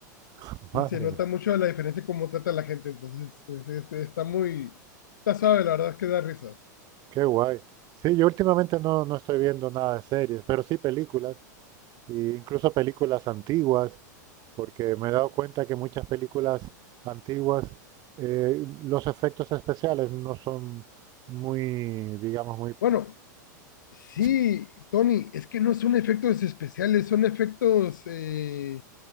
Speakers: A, on the right; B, on the left.
A: <laughs>
B: Y
A: madre
B: se nota
A: mía,
B: mucho la diferencia en cómo trata a la gente. Entonces es- es- está muy... Está suave, la verdad es que da risa.
A: qué guay. Sí, yo últimamente no, no estoy viendo nada de series, pero sí películas, e incluso películas antiguas. porque me he dado cuenta que muchas películas antiguas, eh, los efectos especiales no son muy, digamos, muy...
B: Bueno, sí,
A: sí,
B: Tony, es que no son efectos especiales, son efectos... eh,